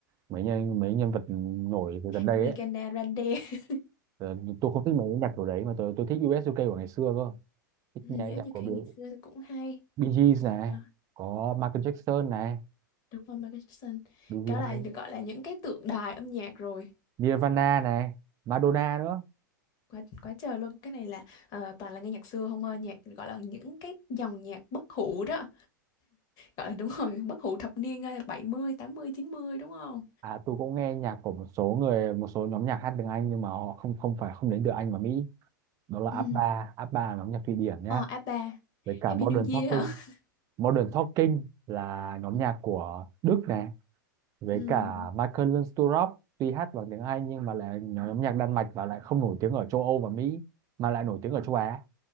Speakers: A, on the right (about 30°); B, on the left (about 40°).
A: mấy nhân mấy nhân vật nổi từ gần đây
B: Ariana
A: ấy
B: Grande <laughs>
A: Ờ, tôi không thích mấy nhạc kiểu đấy mà tôi tôi thích US UK của ngày xưa cơ thích
B: Ừ,
A: nhạc
B: u
A: nhạc
B: UK
A: của Bill
B: ngày xưa thì cũng hay
A: Bee Gees này
B: Đó,
A: có Michael Jackson này
B: đúng rồi Michael Jackson
A: Bee Gees
B: cái là
A: hay
B: được gọi là những cái tượng đài âm nhạc rồi
A: Nirvana này Madonna nữa
B: quá quá trời luôn cái này là ờ, toàn là nghe nhạc xưa không ơi nhạc gọi là những cái dòng nhạc bất hủ đó gọi là đúng rồi bất hủ thập niên ờ, bảy mươi tám mươi, chín mươi đúng không
A: à tôi cũng nghe nhạc của một số người một số nhóm nhạc hát tiếng Anh nhưng mà họ không không phải không đến từ Anh và Mỹ đó là ABBA
B: ừ.
A: ABBA là nhóm nhạc Thụy Điển nhá
B: ờ a ba
A: với cả
B: Happy
A: Modern
B: New Year
A: Talking
B: hả <laughs>
A: Modern Talking là nhóm
B: ừ.
A: nhạc của Đức này với
B: Ừ.
A: cả Michael Learns to Rock tuy hát bằng tiếng Anh nhưng mà lại nhóm nhạc Đan Mạch và lại không nổi tiếng ở châu Âu và Mỹ mà lại nổi tiếng ở châu Á